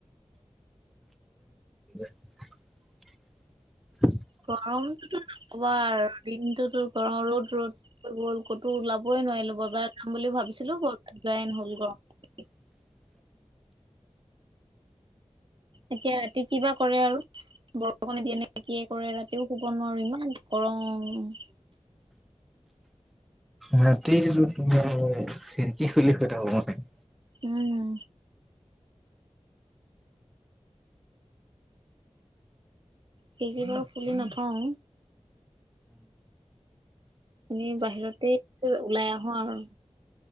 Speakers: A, in the centre; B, on the right.
A: <inaudible>
B: গৰমটোতো নকবা আৰু, দিনটোতো গৰম ৰ'দ- ৰ'দ কৈ গ'ল, ক'তো ওলাবই নোৱাৰিলো। লো বজাৰ যাম বুলি ভাবিছিলো বজাৰ যোৱাই নহ'ল গৰমত
A: <unintelligible>
B: এতিয়া ৰাতি কিবা কৰে আৰু বৰষুণ দিয়ে নে কিয়ে কৰে, ৰাতিও শুব নোৱাৰো ইমান গৰম।
A: ৰাতি তুমি <unintelligible> খিৰকি খুলি শুই থাকোঁ মই।
B: উম খিৰকি বাৰু খুলি নথও। এনেই বাহিৰতেই ওলাই আহোঁ আৰু।